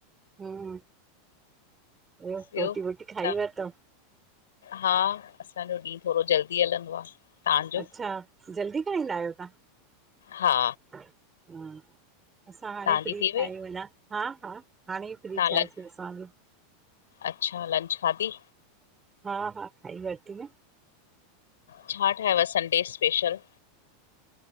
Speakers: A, on the right; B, on the left.
A: हम्म। ब्यो
B: ॿियो?
A: रोटी वोटी खाई
B: तव्हां
A: वरतऊ?
B: हा। असांजो ॾींहुं थोड़ो जल्दी हलंदो आ। तव्हांजो?
A: अच्छा। जल्दी खाईंदा आहियो तव्हां?
B: हा
A: हां असां हाणे
B: तव्हांजी
A: फ्री
B: थी
A: थिया
B: वई?
A: आहियूं अञा हा हा हाणे ई फ्री
B: तव्हां
A: थियासीं
B: लंच
A: असां बि
B: अच्छा लंच खाधी?
A: हा हा खाई वरिती न
B: छा ठाहियव संडे स्पेशल?